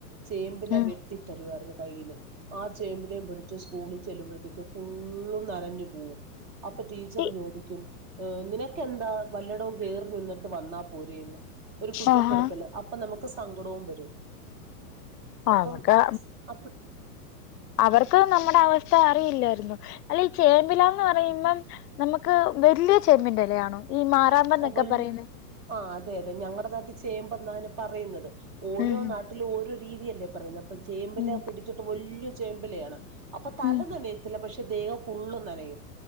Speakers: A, on the right; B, on the left.
A: ചേമ്പില
B: ഉം
A: വെട്ടിത്തരുവാരുന്ന് കയ്യില് ആ ചേമ്പിലയും പിടിച്ചു സ്കൂളി ചെല്ലുമ്പോഴ്ത്തേക്കും ഫുള്ളു നനഞ്ഞു പോവും അപ്പൊ ടീച്ചറ്
B: ഇ
A: ചോദിക്കും ഏ നിനക്കെന്താ വല്ലടവും കേറി നിന്നിട്ട് വന്നാ പോരേന്ന് ഒരു കുറ്റപ്പെടുത്തല്
B: ആഹാ
A: അപ്പൊ നമു സങ്കടോം വരും
B: ആ
A: അപ്പം
B: അതൊക്കെ
A: അപ്പ
B: അവർക്ക് നമ്മ ട അവസ്ഥ അറിയില്ലാരുന്നു അല്ലേ ഈ ചേമ്പിലാന്ന് പറയുമ്പം നമുക്ക് വല്യയ ചേമ്പിന്റെ ഇലയാണോ ഈ മാറാമ്പന്നൊക്കെ
A: <unintelligible>
B: പറയുന്നെ
A: ആ അതെ അതെ ഞങ്ങടെ നാട്ടിൽ ചേമ്പെന്ന അയ്ന് പറയുന്നത് ഓരോ
B: ഉം
A: നാട്ടിലും ഓരോ രീതിയല്ലേ പറയുന്ന അപ്പൊ ചേമ്പില
B: ഉം
A: പിടിച്ചിട്ട് വല്ല്യ ചേമ്പിലയാണ് അപ്പൊ തല
B: ഉം
A: നനയത്തില്ല പക്ഷേ ദേഹം ഫുള്ളും നനയും